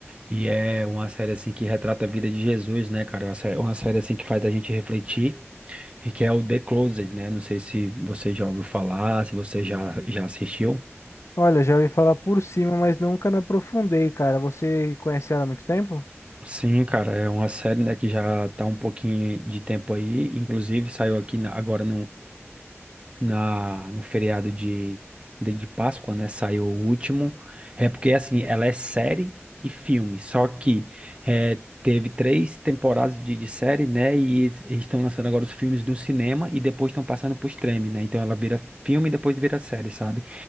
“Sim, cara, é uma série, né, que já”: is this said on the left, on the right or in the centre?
Right